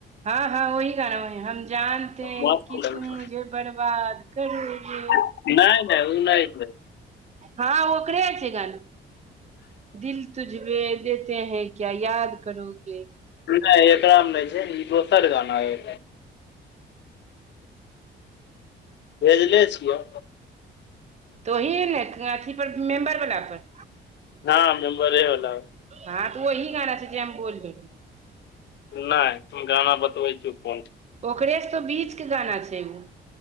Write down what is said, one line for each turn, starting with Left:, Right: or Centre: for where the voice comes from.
Right: हँ हँ वही गाना होइ हन। जानते हैं
Left: मस्त
Right: कि
Left: लगै
Right: तुम मुझे बर्बाद करोगे।
Left: छै नै नै उ नै छै
Right: हाँ ओकरे छै गाना दिल तुझमे देते हैं क्या याद करोगे।
Left: नै एकरा में नै छै ई दोसर गाना अइ। भेजले छियऽ
Right: तऽ ओहि ने अथी पर कि मेम्बर बला पर।
Left: हँ मेम्बरे बला पर।
Right: हां त ओही गाना छै जे हम बोलले।
Left: नै हम गाना बतबै छियौ कोन
Right: ओकरे से बीच के गाना छै उ।